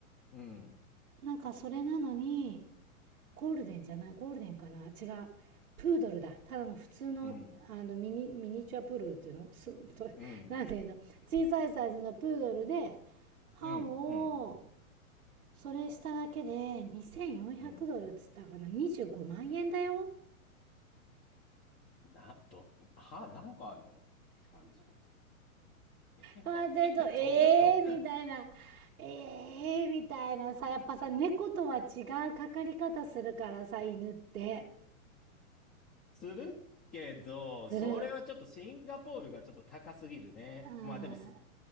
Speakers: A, on the left; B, on the right.
A: うん。
B: なんかそれなのに、ゴールデンじゃない、ゴールデンかな、違う。プードルだ。ただの普通の、
A: うん。
B: あのミニ、ミニチュアプードルっていうのすと、
A: うん。
B: なんていうの小さいサイズのプードルで、歯を、
A: うん。うん。
B: それしただけで2400ドルっつったかな、
A: うん
B: 25万円だよ。
A: な、ど、は、なんかあんのって感じなんですよ。えへへへど、
B: 待ってると、えーみたいな。
A: ど、
B: えーみたいなさ、やっぱさ、猫とは違うかかり方するからさ、犬って。
A: するけど、
B: する。
A: それはちょっとシンガポールがちょっと高すぎるね。
B: うん
A: まあでも、す